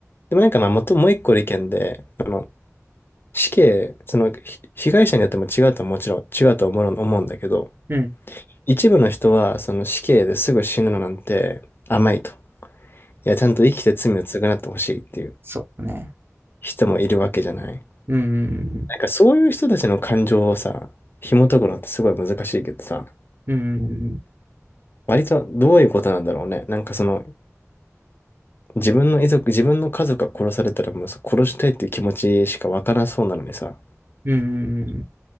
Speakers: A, on the left (about 45°); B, on the right (about 45°).
A: でもなんかまあ、もともう一個の意見で、その死刑、そのひ被害者によっても違うとはもちろん違うと思う、思うんだけど、
B: うん
A: 一部の人はその死刑ですぐ死ぬのなんて甘いと。いや、ちゃんと生きて罪を償ってほしいっていう
B: そうね
A: 人もいるわけじゃない。
B: うん
A: なんかそういう人たちの感情をさ、紐解くのってすごい難しいけどさ、
B: うんうん
A: 割とどういうことなんだろうね。なんかその自分の遺族、自分の家族が殺されたらもうさ殺したいっていう気持ちしかわからなそうなのにさ、
B: うんうん